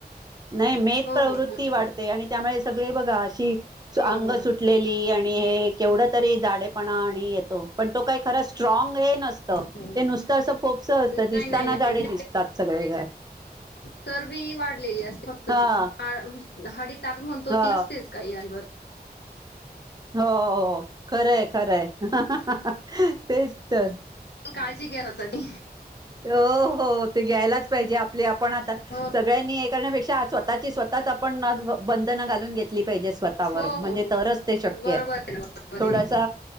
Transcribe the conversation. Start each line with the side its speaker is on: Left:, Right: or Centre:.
Right: नाही मेद प्रवृत्ती
Left: हो बोला ना
Right: वाढते आणि त्यामुळे सगळे बघा अशी
Left: हो
Right: अंग
Left: हो
Right: सुटलेली आणि हे केवढ तरी झाडे पणा आणि येतो पण तो खरं स्ट्रॉग हे नसत
Left: हो
Right: ते नुसतं असं पोपस असत
Left: नाही
Right: दिसताना
Left: नाही नाही
Right: झाडे दिसतात सगळे
Left: तर बी वाढलेली अस फक्त
Right: हा
Left: ती ह म्हणज दहााडी म्हणतो
Right: हा
Left: ती असतेच काही अजिबात
Right: हो हो खरंय खरंय तेच तर
Left: प काळजी घ्या होता ती
Right: हो हो ते घ्यायलाच पाहिजे आपले आपण आता
Left: हो
Right: सगळ्यांनी हे करण्यापेक्षा स्वतःची स्वतःच आपण बंधन घालून घेतली पाहिजे स्वतःवर
Left: हो
Right: म्हणजे
Left: हो
Right: तरच ते शक्य
Left: बरोबर
Right: आहे
Left: ना बरोबर
Right: थोडासा
Left: आहे